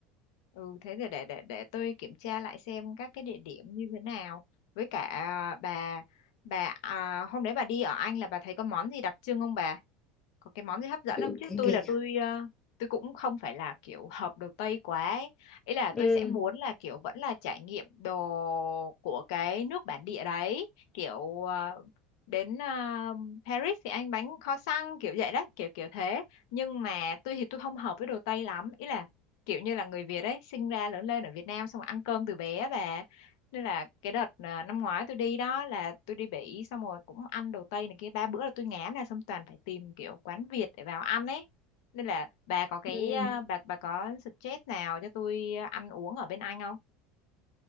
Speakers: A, on the left; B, on the left.
A: ừ thế thì để để để tôi kiểm tra lại xem các cái địa điểm như thế nào. Với cả bà bà à, hôm đấy bà đi ở Anh là bà thấy có món gì đặc trưng không bà? có cái món gì hấp dẫn
B: tự
A: không chứ
B: cái
A: tôi
B: cái
A: là
B: nhỉ
A: tôi ờ, tôi cũng không phải là kiểu hợp đồ Tây quá ấy. Ý là
B: ừ,
A: tôi sẽ muốn là kiểu vẫn là trải nghiệm đồ của cái nước bản địa đấy kiểu ờ, đến ờ, Paris thì ăn bánh kho xăng kiểu vậy đấy kiểu kiểu thế nhưng mà tôi thì tôi không hợp với đồ Tây lắm ý là kiểu như là người Việt ấy sinh ra lớn lên ở Việt Nam xong rồi ăn cơm từ bé á bà nên là cái đợt à, năm ngoái tôi đi đó là tôi đi Bỉ xong rồi cũng ăn đồ Tây này kia ba bữa là tôi ngán này xong toàn phải tìm kiểu quán Việt để vào ăn ấy nên là bà có cái
B: ừ.
A: à, bà bà có suggest nào cho tôi à, ăn uống ở bên Anh không